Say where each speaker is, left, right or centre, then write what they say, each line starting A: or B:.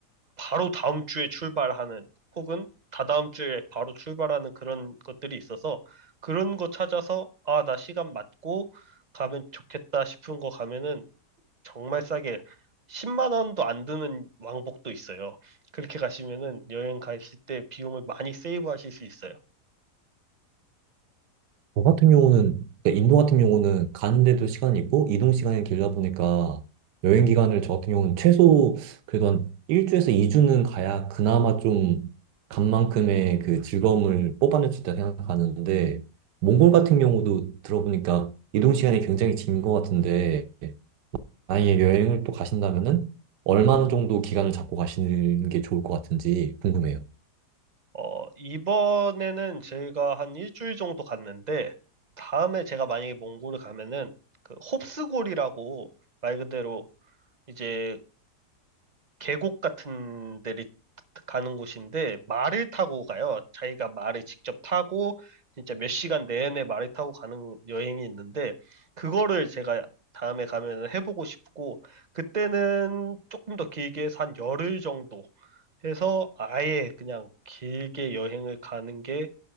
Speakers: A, on the right; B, on the right.
A: 바로 다음 주에 출발하는 혹은 다다음 주에 바로 출발하는 그런 것들이 있어서 그런 거 찾아서 아, 나 시간 맞고 가면 좋겠다 싶은 거 가면은 정말 싸게 10만 원도 안 드는 왕복도 있어요. 그렇게 가시면은 여행 가실 때 비용을 많이 세이브 하실 수 있어요.
B: 저 같은 경우는, 그러니까 인도 같은 경우는 가는데도 시간이 있고, 이동 시간이 길다 보니까, 여행 기간을 저 같은 경우는 최소, 그래도 한 1주에서 2주는 가야 그나마 좀, 간 만큼의 그 즐거움을 뽑아낼 수 있다 생각하는데, 몽골 같은 경우도 들어보니까, 이동 시간이 굉장히 긴 것 같은데, 만약에 여행을 또 가신다면은, 얼마나 정도 기간을 잡고 가시는 게 좋을 것 같은지 궁금해요.
A: 어, 이번에는 제가 한 일주일 정도 갔는데 다음에 제가 만약에 몽골을 가면은 그 홉스골이라고 말 그대로 이제 계곡 같은 데를 가는 곳인데 말을 타고 가요. 자기가 말을 직접 타고 진짜 몇 시간 내내 말을 타고 가는 여행이 있는데 그거를 제가 다음에 가면 해보고 싶고 그때는 조금 더 길게 해서 한 열흘 정도 해서 아예 그냥 길게 여행을 가는 게